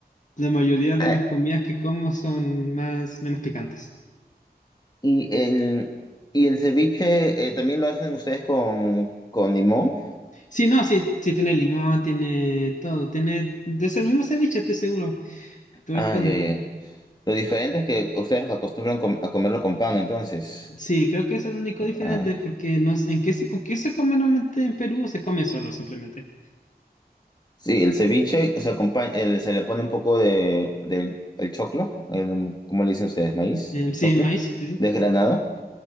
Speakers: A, on the left; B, on the left.
A: la mayoría de
B: Ah,
A: las comidas que como son más, menos picantes.
B: y el, y el ceviche eh, también lo hacen ustedes con, con limón.
A: Sí, no, sí, sí tiene limón, tiene todo, tiene de ese mismo ceviche, estoy seguro. Pero
B: Ah,
A: es con,
B: ya, ya. Lo diferente es que ustedes acostumbran com- a comerlo con pan, entonces.
A: sí, creo que es el único diferente
B: Ah,
A: porque no sé, ¿en qué se, con qué se come normalmente en Perú o se come solo simplemente?
B: Sí, el ceviche se acompaña, el- se le pone un poco de, del el choclo, el, ¿cómo le dicen ustedes? Maíz,
A: Eh, sí,
B: choclo,
A: maíz, sí, sí.
B: desgranado,